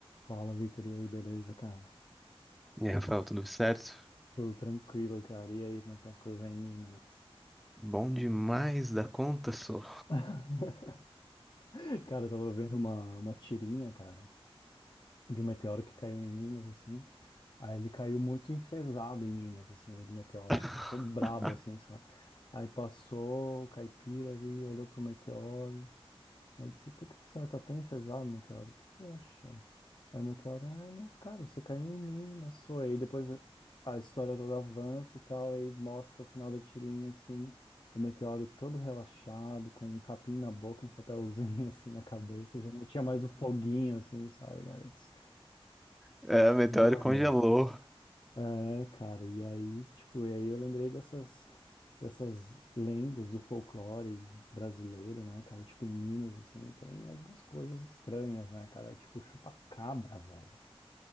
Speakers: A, on the left (about 50°); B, in the centre.
A: Fala, Vitor, e aí, beleza, cara?
B: E aí, Rafael, tudo certo?
A: Tudo tranquilo, cara. E aí, como é que estão as coisas aí em Minas?
B: Bom demais da conta, só.
A: <laughs> Cara, eu tava vendo uma, uma tirinha, cara, de um meteoro que caiu em Minas, assim. Aí ele caiu muito enfesado em Minas, assim, o meteoro,
B: <laughs>
A: tipo, todo brabo, assim, sabe? Aí passou o caipira ali, olhou pro meteoro. Aí disse, por que que o senhor tá tão enfesado, meteoro? Poxa. Aí o meteoro, ah, não, cara, você caiu em mim, não sou. Aí depois a história toda avança e tal, aí mostra o final da tirinha, assim, o meteoro todo relaxado, com um capim na boca, um chapéuzinho, <laughs> assim, na cabeça, e já não tinha mais o foguinho, assim, sabe, cara? Eu disse,
B: É, o meteoro
A: Mano,
B: congelou.
A: é, cara, e aí, tipo, e aí eu lembrei dessas, dessas lendas do folclore brasileiro, né, cara? Tipo, em Minas, assim, tem algumas coisas estranhas, né, cara? Tipo, chupa-cabra, velho.